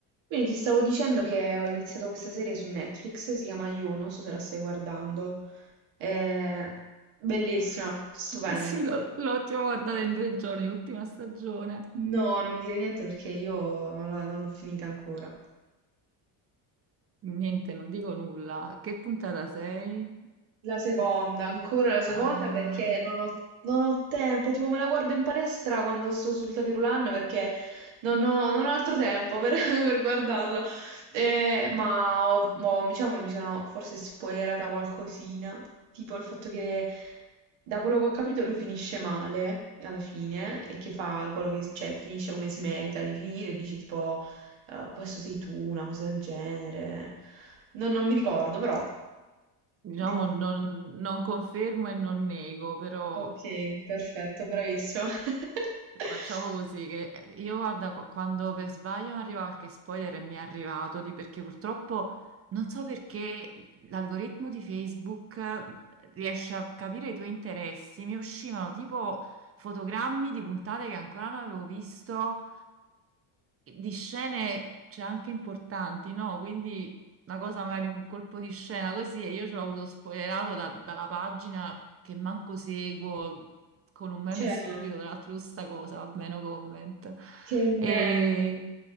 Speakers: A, on the right; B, on the right.
A: Quindi ti stavo dicendo che ho iniziato questa serie su Netflix, si chiama You, non so se la stai guardando. È bellissima, stupenda.
B: <laughs> Sì, l'ho l'ho tipo guardata in due giorni, l'ultima stagione.
A: No, non mi dire niente perché io non la- non l'ho finita ancora.
B: Niente, non dico nulla. A Che puntata sei?
A: La seconda, ancora la seconda
B: Ah,
A: perché non ho, non ho tempo, tipo me la guardo in palestra quando sto sul tapirulan perché non ho, non ho altro tempo per, <laughs> per guardarla. Eh, ma ho- mo, diciamo mi sono forse spoilerata qualcosina, tipo il fatto che da quello che ho capito lui finisce male alla fine e che fa quello che, cioè finisce come si merita di finire e dice tipo eh, questo sei tu, una cosa del genere. Non, non mi ricordo però.
B: diciamo,
A: Devo...
B: non, non confermo e non nego, però
A: Ok, perfetto, bravissima. <laughs>
B: facciamo così che eh, io guarda, qu- quando per sbaglio mi arriva qualche spoiler e mi è arrivato, di, perché purtroppo non so perché l'algoritmo di Facebook eh, riesce a capire i tuoi interessi. Mi uscivano tipo fotogrammi di puntate che ancora non avevo visto. di scene c'è anche importanti, no? Quindi una cosa, magari un colpo di scena così, e io ce l'ho avuto spoilerato da- dalla pagina che manco seguo, con un meme
A: Cioè,
B: stupido, tra l'altro, su sta cosa, vabbè, no comment.
A: che
B: E...
A: nervi.